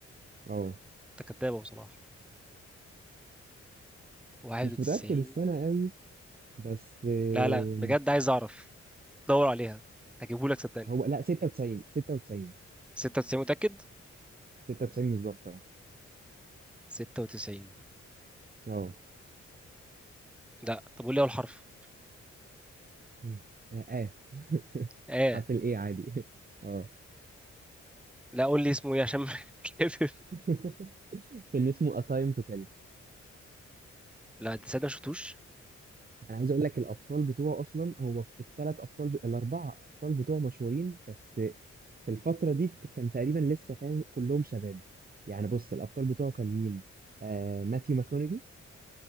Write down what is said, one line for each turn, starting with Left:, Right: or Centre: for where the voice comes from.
Right: اه
Centre: أنت كداب يا أبو صلاح 91
Right: مش متاكد السنه قوي بس آه،
Centre: لا لا بجد عايز أعرف دور عليها هجيبه لك صدقني
Right: هو لا 96 96
Centre: 96 متأكد؟
Right: 96 بالظبط اه
Centre: 96
Right: اه
Centre: لا طب قول لي أول حرف
Right: مم. اه آه. <laughs>
Centre: آه
Right: حرف الايه عادي <laughs> اه
Centre: لا قول لي اسمه إيه عشان <laughs> كيف
Right: <laughs> فيلم اسمه A Time to Kill
Centre: لا دي صدق ما شفتوش
Right: انا عايز اقول لك الابطال بتوعه اصلا هو الثلاث ابطال ب... الاربعه ابطال بتوعه مشهورين بس في الفتره دي كان تقريبا لسه فاهم كلهم شباب يعني بص الابطال بتوعه كان مين آه ماثيو ماكونيجي